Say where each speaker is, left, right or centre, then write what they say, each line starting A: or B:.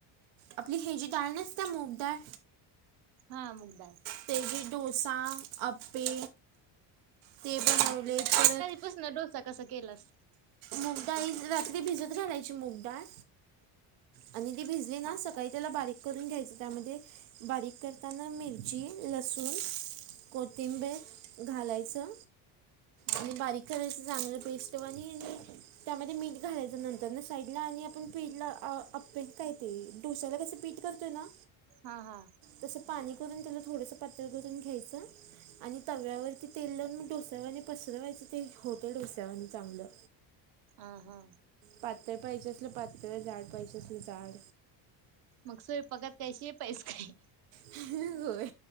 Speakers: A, on the right; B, on the right.
A: आपली हेजी डाळ नसत्या मूगडाळ
B: हा मुगडाळ.
A: तेजे डोसा, आप्पे ते बनवले परत
B: पासन डोसा कसा केलास?
A: मूग डाळी रात्री भिजत घालायची मूग डाळ आणि ती भिजली ना
B: हा
A: सकाळी त्याला बारीक करून घ्यायचं त्यामध्ये बारीक करताना मिरची, लसूण कोथिंबे घालायचं.
B: हा
A: आणि बारीक करायचं चांगलं पेस्ट वानी आणि त्यामध्ये मीठ घालायचं नंतर न साईडला आणि आपण पिला आप्पे काही ते डोश्याला कसं पीठ करतोय ना
B: हा हा.
A: तसं पाणी करून त्याला थोडसं पातळ करून घ्यायचं. आणि तव्यावरती तेल लावून मग डोस्यावाने पसरवायचं ते होतं डोस्यावाने चांगलं.
B: आ हा.
A: पातळ पाहियजे असलं पातळ जाड पाहिजे असलं जाड.
B: मग स्वयंपाकात काय शेफ हाईस काय?
A: होय